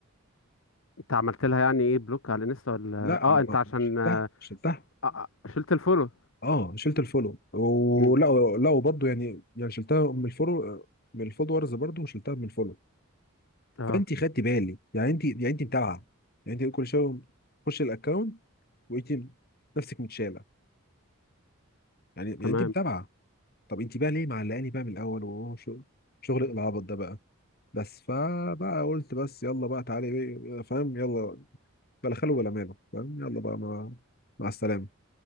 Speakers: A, on the left; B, on the left.
A: انت عملت لها يعني ايه بلوك على انستا ولا
B: لا
A: اه
B: ما
A: انت عشان
B: شلتها
A: آه
B: شلتها
A: آه، شلت الفولو
B: اه شلت الفولو ولا
A: مم.
B: لا وبرضه يعني يعني شلتها من الفولو من الفولورز برضه وشلتها من الفولو
A: اه
B: فانت خدتي بالي يعني انت يعني انت متابعه يعني انت كل شويه تخش الاكونت وانت نفسك متشاله يعني يعني
A: تمام
B: انت متابعه طب انت بقى ليه معلقاني بقى من الاول وهو شغل شغل العبط ده بقى بس فبقى قلت بس يلا بقى تعالي بقى، فاهم يلا بلا خلو ولا ماله فاهم يلا بقى مع مع السلامه